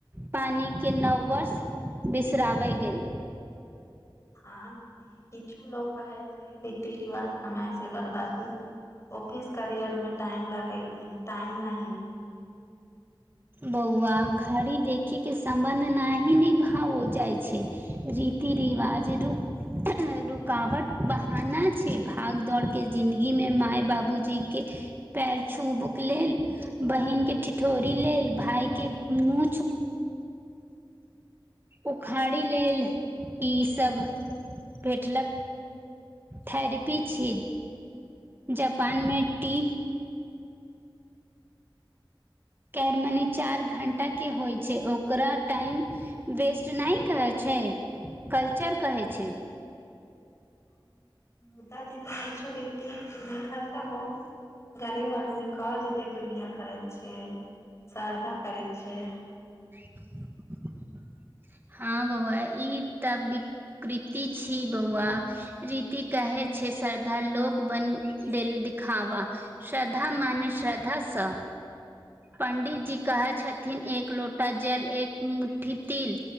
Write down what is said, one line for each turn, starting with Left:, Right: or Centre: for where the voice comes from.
Right: पानिके नव वर्ष बिसराबय गेल
Left: हँ किछु लोको कहै छै रीति रिवाज समय से बर्बादी ऑफिस करियर मे टाइम लगे टाइम न <unintelligible>
Right: बौआ घड़ी देखै के सम्बन्ध नहि ही निभाव हो जाइ छै री रिति रिवाज रू रुकावट बहाना छै भाग दौड़के जिन्दगीमे मााय बाबूजीके पैर छूबक लेल बहिन के ठि ठोड़ी लेल भाय के मूछ उखाड़ी लेल ई सब भेटलक थेरेपी छी जापानमे टी केर मनी चारि घण्टाके होइ छै ओकरा टाइम वेस्ट नहि कहै छै कल्चर कहै छै
Left: हँ मुदा तऽ किछु रीति खर्चा बहुत गरीब आदमी कर्ज ले के बियाह करै छै श्रदा करै छै
Right: <unintelligible> हँ बौआ ई तऽ विकृति छी बौआ रीति कहे छै श्रद्धा लोक बन देल दिखावा श्रद्धा माने श्रद्धा से पंडित जी कहे छथिन एक लोटा जल एक मु्ठी तिल